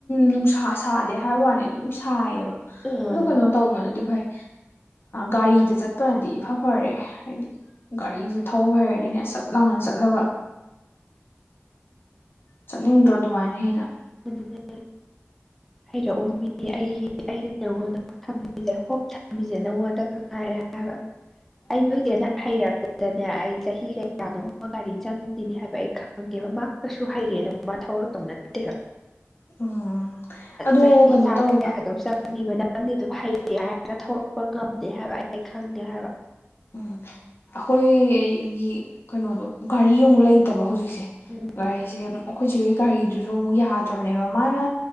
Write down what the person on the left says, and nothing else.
ꯅꯨꯡꯁꯥ ꯁꯥꯗꯦ ꯍꯥꯏꯕ ꯋꯥꯅꯤ ꯑꯗꯨꯝ ꯁꯥꯏꯌꯦꯕ
ꯑꯗꯨ ꯀꯩꯅꯣ ꯇꯧꯕꯅꯗꯤ ꯐꯩ ꯒꯥꯔꯤꯗ ꯆꯠꯄꯅꯗꯤ ꯏꯐ ꯐꯔꯦ ꯍꯥꯏꯗꯤ ꯒꯥꯔꯤꯁꯦ ꯍꯩꯔꯗꯤꯅꯦꯁ ꯆꯠ ꯂꯥꯎꯅ ꯆꯠꯂꯒ ꯆꯠꯅꯤꯡꯗ꯭ꯔꯣ ꯑꯗꯨꯃꯥꯏꯅ ꯍꯦꯟꯅ
ꯎꯝ ꯑꯗꯣ
ꯀꯩꯅꯣ ꯇꯧꯋꯦꯕ
ꯎꯝ ꯑꯩꯈꯣꯏꯒꯤ ꯀꯩꯅꯣꯗꯣ ꯒꯥꯔꯤ ꯑꯃꯨꯛ ꯂꯩꯇꯕ ꯍꯧꯖꯤꯛ
ꯒꯥꯔꯤꯁꯦ ꯑꯩꯈꯣꯏꯆꯦ ꯒꯥꯔꯤꯗꯨꯁꯨ ꯑꯃꯨꯛ ꯌꯥꯗ꯭ꯔꯕꯅꯦꯕ ꯃꯥꯅ